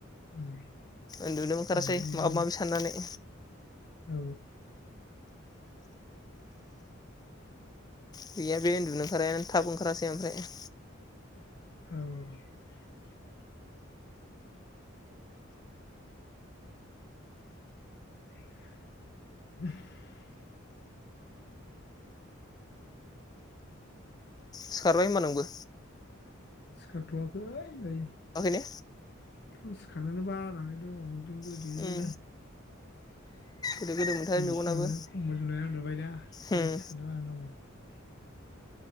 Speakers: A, on the left; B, on the left.
A: उम,
B: उन्दुनोबो ओंखारासै
A: ओमफ्रायो
B: माबा माबि साननानै।
A: औ
B: गैया बे उन्दुनो ओंखारनायानो थाब ओंखारासै ओमफ्राय।
A: औ <unintelligible>
B: सिखारबाय होनबा नोंबो
A: सिखारथवाखै नै।
B: माहैनो
A: थ सिखारनोनो बानानै दङ। दंग <unintelligible>
B: उम गोदो गोदो मोनथारो
A: बिसिनियावनो
B: मेगनाबो
A: खमबल जोमनानै उन्दुबायना माने
B: उम
A: सिखारनो बानानै दंङ।